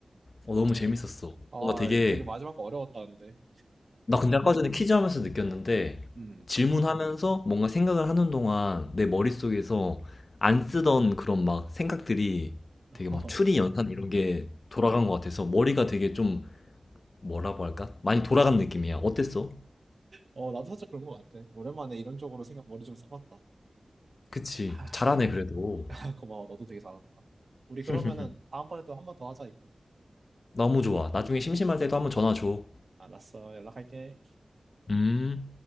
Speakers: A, on the left; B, on the right.
A: 어,
B: 오케이.
A: 너무 재밌었어.
B: 아,
A: 뭔가 되게
B: 되게 마지막 거 어려웠다는데.
A: 나 근데 아까 전에 퀴즈 하면서 느꼈는데
B: 음,
A: 질문하면서 뭔가 생각을 하는 동안 내 머릿속에서 안 쓰던 그런 막 생각들이
B: <laughs>
A: 되게 막 추리 연산 이런 게 돌아간 것 같아서 머리가 되게 좀 뭐라고 할까? 많이 돌아간 느낌이야. 어땠어?
B: 어, 나도 살짝 그런 것 같아. 오랜만에 이런 쪽으로 생각, 머리 좀 써봤다.
A: 그치.
B: 아,
A: 잘하네 그래도.
B: <laughs> 고마워. 너도 되게 잘한다. 우리
A: <laughs>
B: 그러면은 다음번에 또 한 번 더 하자, 이거.
A: 너무 좋아. 나중에 심심할 때도 한번 전화 줘.
B: 알았어. 연락할게.
A: 음.